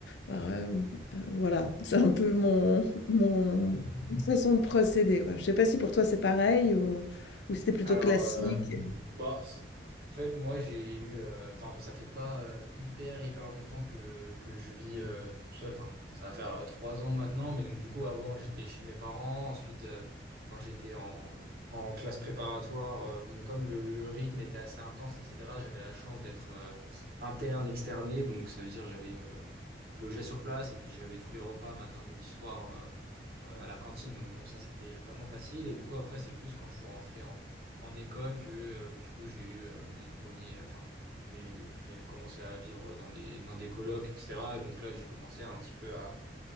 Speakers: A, on the left (about 70°); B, on the right (about 55°).
A: Alors, hem, heu, voilà, c'est un peu mon mon façon de procéder, quoi. Je ne sais pas si pour toi c'est pareil ou ou c'était plutôt
B: Alors,
A: classique?
B: Bah, s- en fait, moi, j'ai eu. euh, Enfin, ça fait pas euh, hyper, hyper longtemps que, que je vis euh, tout seul. Enfin, ça va faire euh, trois ans maintenant. Mais donc, du coup, avant, j'étais chez mes parents. Ensuite, euh, quand j'étais en, en classe préparatoire, euh, bon, comme le, le rythme était assez intense, etc., j'avais la chance d'être euh, interne, externé. Donc, ça veut dire j'avais euh, logé sur place et puis j'avais tous les repas, matin, midi, soir, euh, euh, à la cantine. Donc, bon, ça, c'était vraiment facile. Et du coup, après, c'est plus quand je suis rentré en école que euh, bah, du coup j'ai eu euh, mon premier, euh, enfin, mais que j'ai commencé à vivre dans des dans des colocs, etc. Et donc là, j'ai commencé un petit peu à